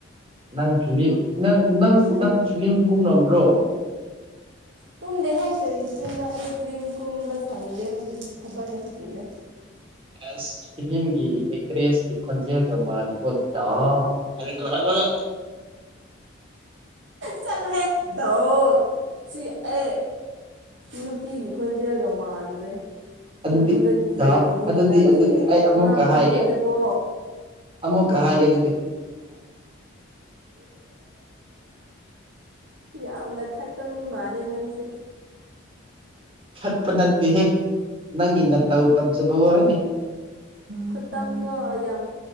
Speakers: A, on the right; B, on the right.
A: ꯅꯪ ꯐꯤꯂꯤꯝ ꯅꯪ ꯅꯪ
B: ꯍꯥꯏ
A: ꯅꯪ ꯐꯤꯂꯤꯝ ꯀꯨꯝꯂꯝꯕ꯭ꯔꯣ
B: ꯀꯨꯝꯗꯦꯍꯦꯛ ꯀꯔꯤ ꯐꯤꯂꯝꯅ ꯑꯩ ꯐ꯭ꯤꯝ ꯀꯨꯝꯕ ꯁꯪꯗꯦ ꯍꯧꯖꯤꯛ ꯊꯕꯔ ꯌꯥꯝ ꯆꯤꯜꯂꯦ
A: ꯑꯦꯁ ꯐꯤꯂꯝꯒꯤ ꯑꯦꯛꯇ꯭ꯔꯦꯁꯀꯤ ꯈꯣꯟꯖꯦꯜꯒ ꯃꯥꯀꯣꯗꯥ ꯑ ꯔꯒꯂ
B: ꯆꯂꯨ ꯍꯦ ꯗ ꯁꯤ ꯑꯦ ꯅꯨꯄꯤꯒꯤ ꯈꯣꯟꯖꯦꯜꯒ ꯃꯥꯟꯗ꯭ꯔꯦ
A: ꯑꯗꯨꯗꯤ
B: ꯑꯗꯨꯗ ꯀꯦꯜꯂꯤꯅꯤꯅꯦ
A: ꯗꯥ ꯑꯗꯨꯗꯤ
B: ꯅꯪꯁꯦ
A: ꯑꯗꯨꯗꯤ ꯑꯩ ꯑꯃꯨꯛꯀ
B: ꯑꯉꯛꯄꯅꯦꯗꯀꯣ
A: ꯍꯥꯏꯒꯦ ꯑꯃꯨꯛꯀ ꯍꯥꯏꯒꯦ ꯑꯗꯨꯗꯤ
B: ꯌꯥꯝꯅ ꯈꯠꯄ ꯃꯤ ꯃꯥꯜꯂꯦ ꯅꯪꯁꯦ
A: ꯊꯠꯄ ꯅꯠꯇꯦꯍꯦ ꯅꯪꯒꯤ ꯅ ꯇꯧ ꯇꯝꯖꯕ ꯋꯥꯅꯤ
B: ꯈꯨꯠꯇꯝꯗꯣ ꯌꯥꯝ